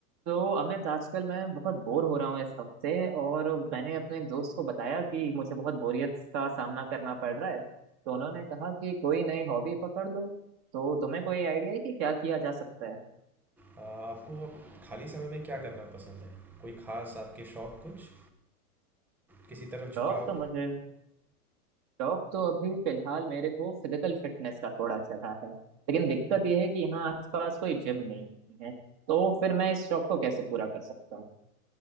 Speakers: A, on the right; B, in the centre.
A: तो अमित आजकल मैं बहुत बोर हो रहा हूँ इस हफ्ते और मैंने अपने एक दोस्त को बताया कि मुझे बहुत बोरियत का सामना करना पड़ रहा है तो उन्होंने कहा कि कोई नई हॉबी पकड़ लो तो तुम्हें कोई आइडिया है कि क्या किया जा सकता है
B: आ, आपको खाली समय में क्या करना पसंद है कोई खास आपके शौक कुछ किसी तरफ झुकाव
A: शौक तो मुझे शौक तो अभी फिलहाल मेरे को फिजिकल फिटनेस का थोड़ा चढ़ा है लेकिन दिक्कत यह है कि यहाँ आसपास कोई जिम नहीं है तो फिर मैं इस शौक को कैसे पूरा कर सकता हूँ